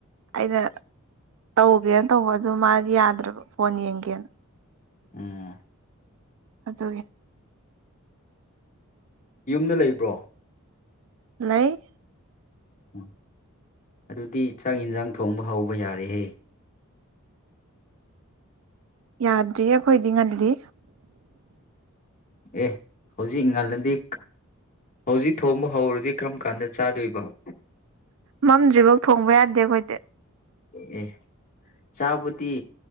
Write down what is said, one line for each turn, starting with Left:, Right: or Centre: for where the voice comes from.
Right: ꯑꯩꯅ ꯇꯧꯒꯦꯅ ꯇꯧꯕ ꯑꯗꯨ ꯃꯥ ꯌꯥꯗ꯭ꯔꯕ ꯐꯣꯟ ꯌꯦꯡꯒꯦꯅ
Left: ꯑꯣ
Right: ꯑꯗꯨꯒꯤ
Left: ꯌꯨꯝꯗ ꯂꯩꯕ꯭ꯔꯣ
Right: ꯂꯩ
Left: ꯎ ꯑꯗꯨꯗꯤ ꯆꯥꯛ ꯌꯦꯟꯁꯥꯡ ꯊꯣꯡꯕ ꯍꯧꯕ ꯌꯥꯔꯦꯍꯦ
Right: ꯌꯥꯗ꯭ꯔꯤ ꯑꯩꯈꯣꯏꯗꯤ ꯉꯜꯂꯤ
Left: ꯑꯦ ꯍꯧꯖꯤꯛ ꯏ ꯉꯜꯂꯗꯤ ꯍꯧꯖꯤꯛ ꯊꯣꯡꯕ ꯍꯧꯔꯗꯤ ꯀꯔꯝ ꯀꯥꯟꯗ ꯆꯥꯗꯣꯏꯕꯣ
Right: ꯃꯝꯗ꯭ꯔꯤꯐꯥꯎ ꯊꯣꯡꯕ ꯌꯥꯗꯦ ꯑꯩꯈꯣꯏꯗꯤ
Left: ꯢꯁ ꯆꯥꯕꯗꯤ